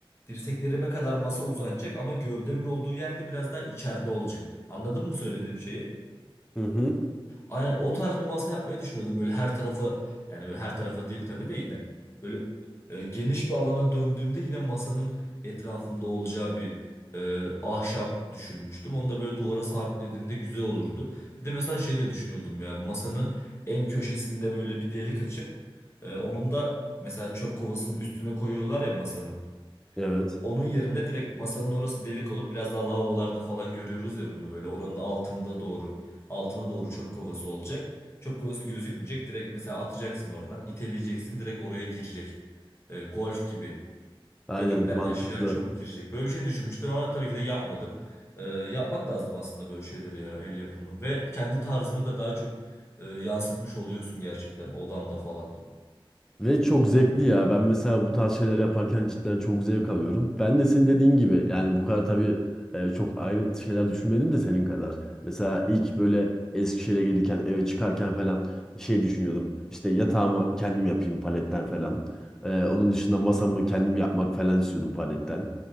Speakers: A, on the left; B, in the centre.
A: dirseklerime kadar masa uzanacak ama gövdemin olduğu yerde biraz daha içeride olacak. Anladın mı söylediğim şeyi?
B: Hı hı.
A: Aynen o tarz bir masa yapmayı düşünüyordum. Böyle her tarafı yani böyle her tarafı değil tabii de yine böyle e, geniş bir alana döndüğümde yine masanın etrafımda olacağı bir e, ahşap düşünmüştüm. Onu da böyle duvara sabitlediğinde güzel olurdu. Bir de mesela şey de düşünüyordum ya masanın en köşesinde böyle bir delik açıp e, onun da mesela çöp kovasının üstüne koyuyorlar ya masanın.
B: Evet.
A: Onun yerine direkt masanın orası delik olup biraz daha lavabolarda falan görüyoruz ya bunu böyle oranın altında doğru altına doğru çöp kovası olacak. Çöp kovası gözükmeyecek. Direkt mesela atacaksın oradan iteleyeceksin direkt oraya girecek. E, golf gibi
B: Aynen
A: delikten
B: mantıklı.
A: aşağı çöp girecek. Böyle bir şey düşünmüştüm ama tabii ki de yapmadım. E, yapmak lazım aslında böyle şeyleri ya el yapımı ve kendi tarzını da daha çok e, yansıtmış oluyorsun gerçekten odanda falan.
B: Ve çok zevkli ya. Ben mesela bu tarz şeyler yaparken cidden çok zevk alıyorum. Ben de senin dediğin gibi yani bu kadar tabii e, çok ayrıntı şeyler düşünmedim de senin kadar. Mesela ilk böyle Eskişehir'e gelirken eve çıkarken falan şey düşünüyordum. İşte yatağımı kendim yapayım paletten falan. E, onun dışında masamı kendim yapmak falan istiyordum paletten.